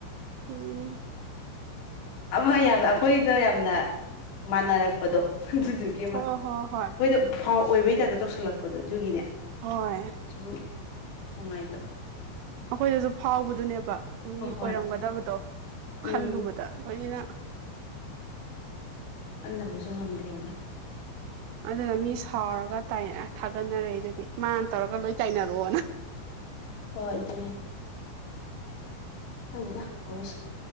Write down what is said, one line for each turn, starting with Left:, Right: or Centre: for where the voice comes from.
Right: ꯎꯝ
Left: ꯑꯃ ꯌꯥꯝꯅ ꯑꯩꯈꯣꯏꯗ ꯌꯥꯝꯅ ꯃꯥꯟꯅꯔꯛꯄꯗꯣ ꯑꯗꯨꯗꯨꯒꯤ ꯑꯃ
Right: ꯍꯣꯏ ꯍꯣꯏ ꯍꯣꯏ
Left: ꯃꯣꯏꯗ ꯐꯥꯎ ꯑꯣꯏꯕꯩ ꯇꯥꯏꯞꯇ ꯇꯧꯁꯜꯂꯛꯄꯗꯣ ꯑꯗꯨꯒꯤꯅꯦ
Right: ꯍꯣꯏ
Left: ꯁꯨꯝ ꯅꯨꯡꯉꯥꯏꯇꯕ
Right: ꯑꯩꯈꯣꯏꯗꯁꯨ ꯐꯥꯎꯕꯗꯨꯅꯦꯕ
Left: ꯍꯣꯏ
Right: ꯃꯤ
Left: ꯍꯣꯏ
Right: ꯑꯣꯏꯔꯝꯒꯗꯕꯗꯣ ꯈꯜꯂꯨꯕꯗꯣꯏ
Left: ꯎꯝ
Right: <inaudible>
Left: ꯑꯟꯅꯕꯗꯁꯨ ꯉꯝꯗꯦ ꯌꯧꯅꯤ
Right: ꯑꯗꯨꯅ ꯃꯤ ꯁꯥꯎꯔꯒ ꯊꯥꯒꯠꯅꯔꯦ ꯑꯗꯨꯗꯤ ꯃꯥꯅ ꯇꯧꯔꯒ ꯂꯣꯏ ꯇꯥꯏꯅꯔꯛꯑꯣꯅ
Left: <unintelligible> ꯍꯣꯏ ꯑꯗꯨꯅꯦ ꯍꯪꯕꯤꯗ ꯍꯧꯁ